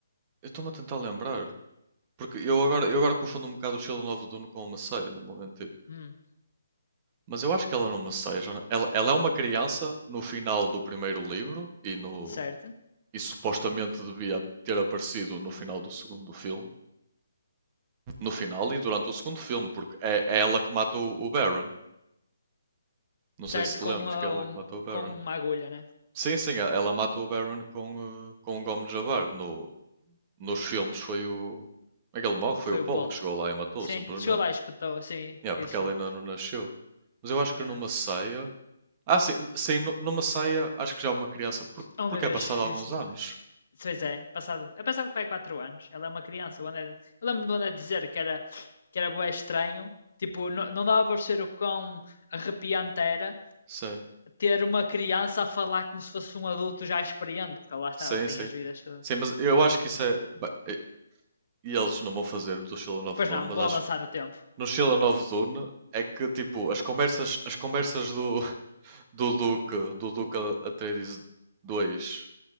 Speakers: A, on the right; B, on the left.
A: estou-me a tentar lembrar. Porque eu agora, eu agora confundo um bocado o Sheldon of Dune com uma ceia não vou mentir.
B: Hum,
A: Mas eu acho que ela não Masseia. já não- Ela, ela é uma criança no final do primeiro livro e, no,
B: certo.
A: e supostamente devia ter aparecido no final do segundo filme. No final e durante o segundo filme, porque é, é ela que matou o Baron. Não
B: Certo,
A: sei se te
B: com,
A: lembras
B: ah,
A: que é ela
B: um,
A: que matou o Baron.
B: com uma agulha, né?
A: Sim, sim, ela, ela mata o Baron com, eh, com o Gomes de Javar. No, nos filmes foi o. Aquele morre, foi
B: Foi
A: o Paulo
B: o Paul.
A: que chegou lá e matou,
B: Sim,
A: simplesmente.
B: chegou lá e espetou, sim.
A: Yeah,
B: Eu
A: porque
B: disse-lhe,
A: ela ainda não nasceu. Mas eu acho que
B: ah,
A: numa ceia. Ah, sim, sim, nu- numa ceia acho que já é uma criança. por-
B: oh
A: Porque
B: meu Deus,
A: é passado
B: <laughs>
A: alguns
B: fizeste-me.
A: anos.
B: Pois é, passado, é passado para aí 4 anos. Ela é uma criança. O André, eu lembro do André dizer que era, que era bué estranho. Tipo, não, não dava para ser o quão arrepiante era
A: Sim,
B: ter uma criança a falar como se fosse um adulto já experiente, porque lá está,
A: sim,
B: ela tem
A: sim.
B: as vidas todas.
A: Sim, mas eu acho que isso é. ba- E e eles não vão fazer do Sheila Novo
B: Pois
A: Dono,
B: não,
A: mas
B: bom
A: acho.
B: avançar
A: que
B: no tempo.
A: No Sheila nova Dono é que tipo, as conversas, as conversas do, <laughs> do Duque, do Duque Atreides 2.